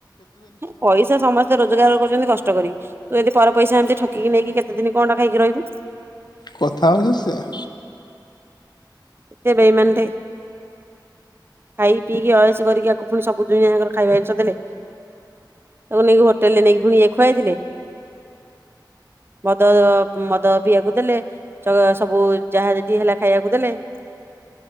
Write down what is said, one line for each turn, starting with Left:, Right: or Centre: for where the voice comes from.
Right: ହଁ ପଇସା ସମ ତ ରୋଜଗାର କରୁଚନ୍ତି କଷ୍ଟ କରି ତୁ ଅଦି ପର ପଇସା ଏନ୍ତି ଠକିକି ନେଇକି କେତ ଦିନି କଣ୍ଟା ଖାଇକି ରହିବୁ?
Left: କଥା ହଉଚି ସେଇଆ।
Right: ଏ ବେଇମାନଟେ। ଖାଇ ପିଇକି ଅଏସ କରିକି ଆକୁ ଫୁଣି ସବୁ ଦୁନିଆ ଯାକର ଖାଇବା ଜିନିଷ ଦେଲେ। ତାକୁ ନେଇକି ହୋଟେଲ୍ ରେ ନେଇକି ଫୁଣି ଇଏ ଖୁଆଇଥିଲେ। ମଦ ମଦ ପିଇଆକୁ ଦେଲେ ଚ ସବୁ ଯାହା ଯେତି ହେଲା ଖାଇବାକୁ ଦେଲେ।